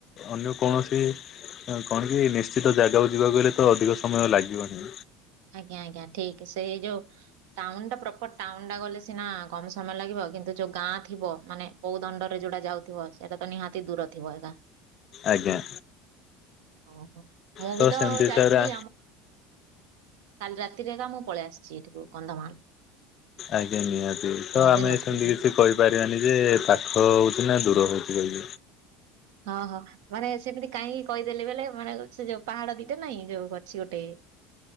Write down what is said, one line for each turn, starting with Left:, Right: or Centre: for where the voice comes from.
Left: ଅନ୍ୟ କୌଣସି କଣ କି ନିଶ୍ଚିତ ଜାଗାକୁ ଯିବାକୁ ହେଲେ ତ ଅଧିକ ସମୟ ଲାଗିବନି।
Right: ଆଜ୍ଞା ଆଜ୍ଞା ଠିକ୍ ସେଇ ଯୋ ଟାଉନ୍ ଟା ପ୍ରପର୍ ଟାଉନ୍ ଟା ଗଲେ ସିନା କମ୍ ସମୟ ଲାଗିବ କିନ୍ତୁ ଯୋଉ ଗାଁ ଥିବ ମାନେ କୋଉ ଦଣ୍ଡ ରେ ଯୋଡା ଯାଉଥିବ ସେଟା ତ ନିହାତି ଦୂର ଥିବ ଏରା।
Left: ଆଜ୍ଞା।
Right: ଓହୋ। ମାନେ
Left: ତ ସେମିତି
Right: କାଲି
Left: ହିସାବରେ
Right: ରାତିରେ ଆଗା ମୁଁ ପଳେଇ ଆସିଛି ଏଠିକୁ କନ୍ଧମାଳ।
Left: ଆଜ୍ଞା ନିହାତି ତ
Right: ମୁଁ
Left: ଆମେ
Right: ବି ନଥିଲି
Left: ସେମିତି କିଛି କହି ପାରିବାନି ଯେ ପାଖ ହଉଚି ନାଁ ଦୂର ହଉଚି ବେଲି।
Right: ହଁ ହଁ। ମାନେ ସେମିତି କାହିଁକି କହିଦେଲେ ବୋଲେ ମାନେ ସେ ଯୋଉ ପାହାଡ ଦିଟା ନାଇଁ ଯୋଉ ଗଛି ଗୋଟେ